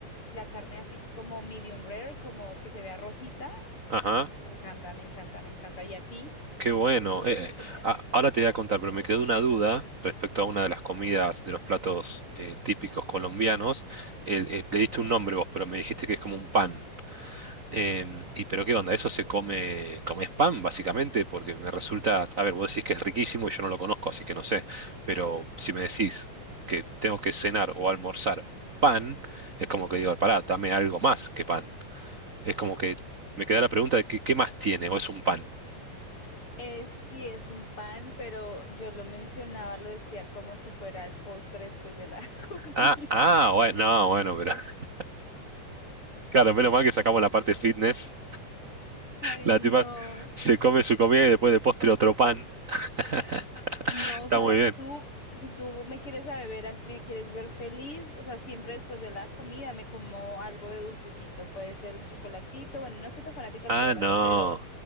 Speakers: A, on the left (about 40°); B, on the right (about 40°).
A: la carne así como medium rare, como que se vea rojita,
B: Ajá,
A: me encanta, me encanta, me encanta. ¿Y a ti
B: qué bueno.
A: qué te gusta
B: Eh, eh,
A: comer?
B: a- ahora te voy a contar, pero me quedó una duda respecto a una de las comidas de los platos eh, típicos colombianos. Eh, eh, le diste un nombre vos, pero me dijiste que es como un pan. Em, y pero qué onda, eso se come, como es pan, básicamente, porque me resulta, a ver, vos decís que es riquísimo y yo no lo conozco, así que no sé, pero si me decís que tengo que cenar o almorzar pan, es como que digo, pará, dame algo más que pan. Es como que me queda la pregunta de qué, qué más tiene o es un pan.
A: Eh, sí, es un pan, pero yo lo mencionaba, lo decía como si fuera el postre después de la <laughs> comida.
B: Ah, ah, bueno, no, bueno, pero <laughs> claro, menos mal que sacamos la parte fitness.
A: Ay,
B: La
A: no.
B: tipa se come su comida y después de postre otro pan. <laughs>
A: No,
B: Está
A: o sea,
B: muy bien.
A: si tú, si tú me quieres a beber, a- me quieres ver feliz, o sea, siempre después de la comida me como algo de dulcecito. Puede ser un chocolatito, bueno, no soy tan fanática del
B: Ah,
A: chocolate,
B: no,
A: pero